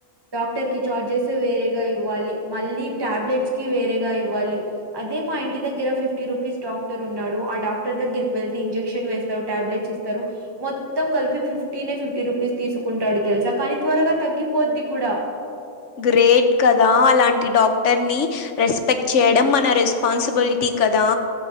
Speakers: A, on the right; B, on the left.
A: డాక్టర్ కి చార్జెస్ వేరేగా ఇవ్వాలి మళ్ళీ టాబ్లెట్స్ కి వేరేగా ఇవ్వాలి అదే మా ఇంటి దగ్గర ఫిఫ్టీ రూపీస్ డాక్టర్ ఉన్నాడు ఆ డాక్టర్ దగిరికి వెళ్ళి ఇంజెక్షన్ వేస్తాడు టాబ్లెట్స్ ఇస్తారు మొత్తం కలిఫీ ఫిఫ్టీనేే ఫిఫ్టీ రూపీస్ తీసుకుంటాడు తెలుసా కానీ త్వరగా తగ్గిపోద్ది కూడా
B: గ్రేట్ కదా అలాంటి డాక్టర్ ని రెస్పెక్ట్ చేయడం మన రెస్పాన్సిబిలిటీ కదా